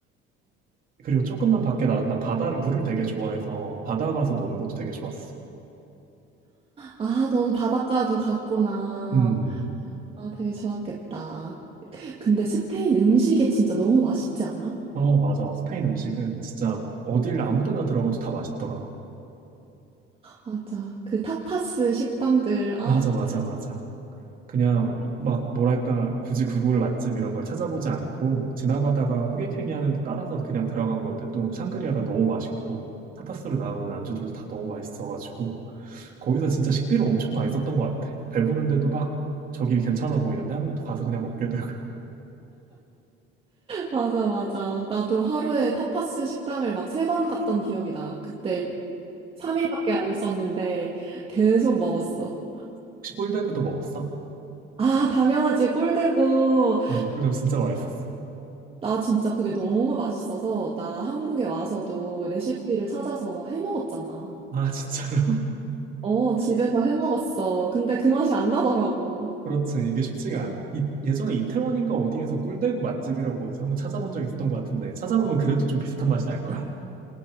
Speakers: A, on the right; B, on the right.
A: 그리고 조금만 밖에 나난 바다를 물을 되게 좋아해서 바다 가서 노는 것도 되게 좋았어.
B: 아, 너는 바닷가도 갔구나.
A: 음,
B: 아, 되게 좋았겠다. 근데 스페인 음식이 진짜 너무 맛있지 않아?
A: 어, 맞아. 스페인 음식은 진짜 어딜 아무 데나 들어가도 다 맛있더라.
B: 맞아. 그 타파스 식당들. 아,
A: 맞아, 맞아, 맞아. 그냥 막 뭐랄까, 굳이 구글 맛집 이런 걸 찾아보지 않고 지나가다가 호객행위 하는데 따라서 그냥 들어간 건데 또 샹그리아가 너무 맛있고 타파스로 나오는 안주들도 다 너무 맛있어가지고 거기서 진짜 식비를 엄청 많이 썼던 것 같아. 배부른데도 막 저기 괜찮아 보이는데 하면 또 가서 그냥 먹게 되고.
B: 맞아, 맞아. 나도 하루에 타파스 식당을 막 세 번 갔던 기억이 나. 그때 3일밖에 안 있었는데 계속 먹었어.
A: 혹시 꿀대구도 먹었어?
B: 아, 당연하지. 꿀대고.
A: 맞아, 꿀대구 진짜 맛있었어.
B: 나 진짜 그게 너무 맛있어서 나 한국에 와서도 레시피를 찾아서 막 해먹었잖아.
A: 아, 진짜로?
B: 어, 집에서 해 먹었어. 근데 그 맛이 안 나더라고.
A: 그렇지. 이게 쉽지가 않아. 이, 예전에 이태원인가 어디에서 꿀대구 맛집이라고 어디서 한번 찾아본 적 있었던 것 같은데, 찾아보면 그래도 좀 비슷한 맛이 날 거야. <laughs>